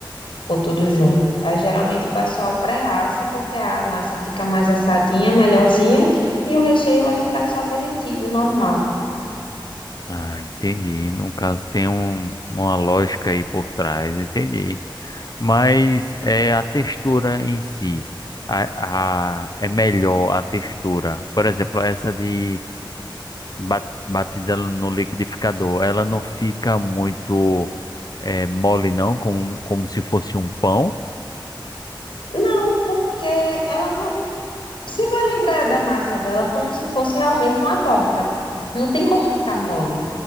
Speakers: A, on the left; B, on the left.
A: ou tudo junto. Aí geralmente o pessoal pré-assa, porque a massa fica mais assadinha, melhorzinha, e o recheio vai ficar só derretido, normal.
B: Ah, entendi. No caso, tem um, uma lógica aí por trás, entendi. Mas é a textura em si. A, a, é melhor a textura. Por exemplo, essa de ba- batida no liquidificador, ela não fica muito é, mole, não, como, como se fosse um pão.
A: Não, porque ela não. Você vai lembrar da massa dela como se fosse realmente uma torta. Não tem como ficar mole.